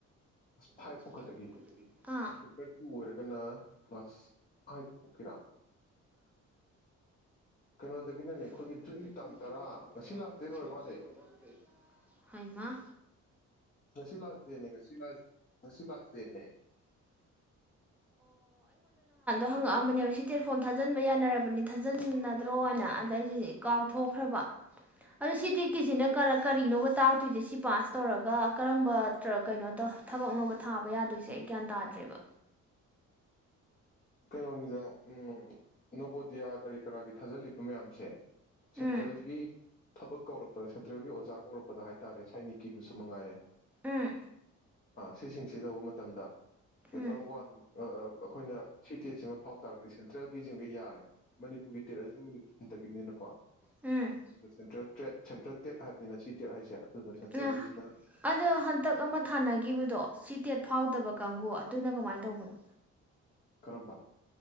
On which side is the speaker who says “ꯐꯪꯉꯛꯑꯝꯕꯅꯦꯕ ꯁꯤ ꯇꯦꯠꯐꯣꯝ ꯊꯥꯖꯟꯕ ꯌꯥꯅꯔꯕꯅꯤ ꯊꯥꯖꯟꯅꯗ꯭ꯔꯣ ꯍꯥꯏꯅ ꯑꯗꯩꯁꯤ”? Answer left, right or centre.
Centre